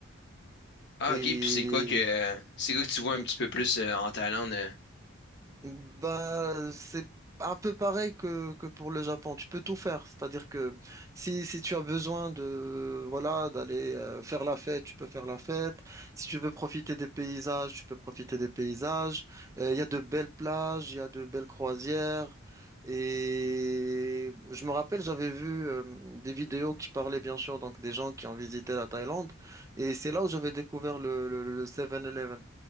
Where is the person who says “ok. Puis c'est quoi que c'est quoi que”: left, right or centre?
Left